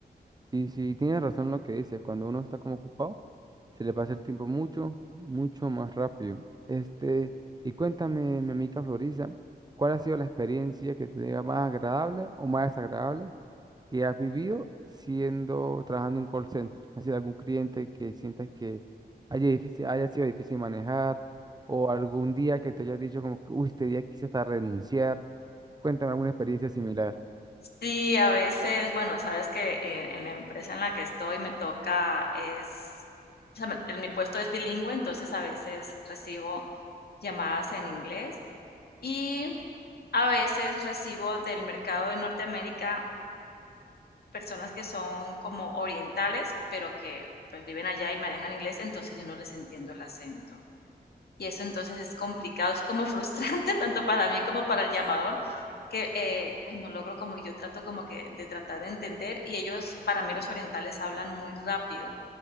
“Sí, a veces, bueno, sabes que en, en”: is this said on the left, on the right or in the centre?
Left